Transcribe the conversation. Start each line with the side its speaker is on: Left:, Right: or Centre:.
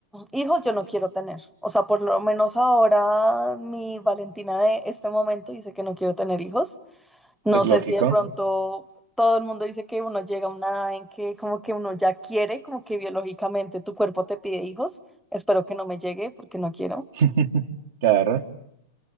Centre: hijos yo no quiero tener. O sea, por lo menos ahora mi Valentina de este momento dice que no quiero tener hijos. No
Right: es
Centre: sé
Right: lógico.
Centre: si de pronto todo el mundo dice que uno llega a una edad en que como que uno ya quiere, como que biológicamente tu cuerpo te pide hijos. Espero que no me llegue porque no quiero.
Right: <laughs> Claro.